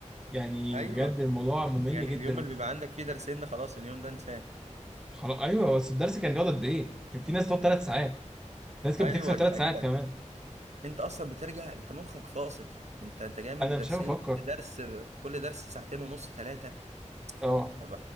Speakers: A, in the centre; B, on the right.
A: يعني
B: ايوه
A: بجد الموضوع ممل
B: يعني
A: جدا
B: اليوم اللي بيبقى عندك فيه درسين ده خلاص اليوم ده انساه
A: خلاص أيوه بس الدرس كان بيقعد قد إيه؟ كان في ناس بتقعد ثلاث ساعات في ناس كانت
B: ايوه
A: بتكسر
B: دي
A: ثلاث
B: حقيقة
A: ساعات كمان
B: انت اصلا بترجع انت مخك فاصل انت انت جاي من
A: أنا
B: درسين
A: مش عارف أفكر
B: كل درس كل درس ساعتين ونص ثلاثه
A: أه
B: طب